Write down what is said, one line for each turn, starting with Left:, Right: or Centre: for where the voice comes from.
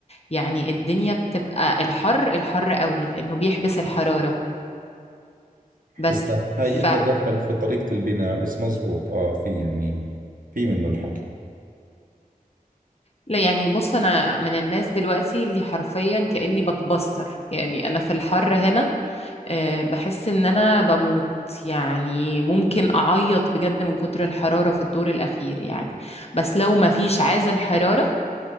Left: يعني الدنيا بتبقى الحر الحر قوي لانه بيحبس الحراره بس
Right: هسا هاي
Left: ف
Right: إلها دخل في طريقة البناء بس مزبوط آه في يعني في منه الحكي
Left: لا يعني بص انا من الناس دلوقتي اللي حرفيا كاني بتبستر يعني انا في الحر هنا آه، بحس ان انا بموت يعني ممكن اعيط بجد من كتر الحرارة في الدور الاخير يعني بس لو ما فيش عازل حرارة